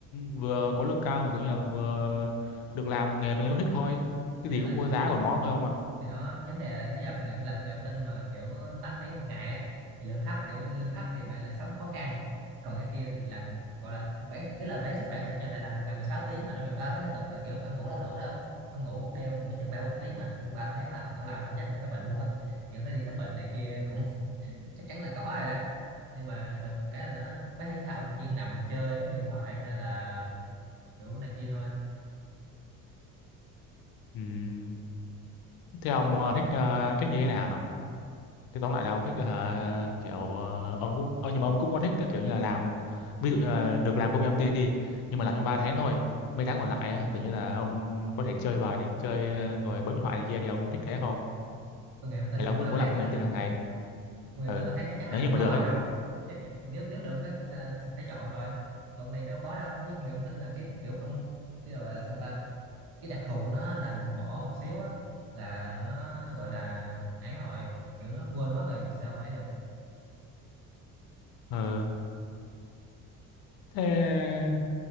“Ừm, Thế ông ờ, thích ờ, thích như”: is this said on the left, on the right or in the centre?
Left